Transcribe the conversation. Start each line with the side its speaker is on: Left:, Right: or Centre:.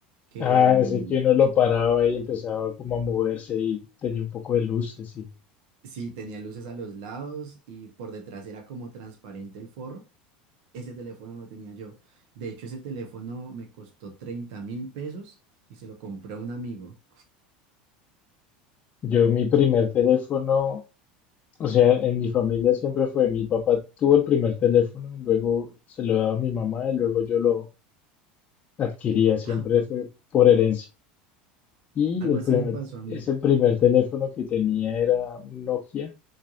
Right: que
Left: Ah,
Right: mm,
Left: ese que uno lo paraba y empezaba como a moverse y tenía un poco de luces y...
Right: sí tenía luces a los lados y por detrás era como transparente el forro. Ese teléfono lo tenía yo. De hecho, ese teléfono me costó treinta mil pesos y se lo compré a un amigo.
Left: Yo mi primer teléfono, o sea, en mi familia siempre fue, mi papá tuvo el primer teléfono, luego se lo daba a mi mamá y luego yo lo adquiría, siempre
Right: <laughs>
Left: fue por herencia. Y
Right: Algo
Left: el
Right: así
Left: primer,
Right: me pasó a mí.
Left: ese primer teléfono que tenía era un Nokia,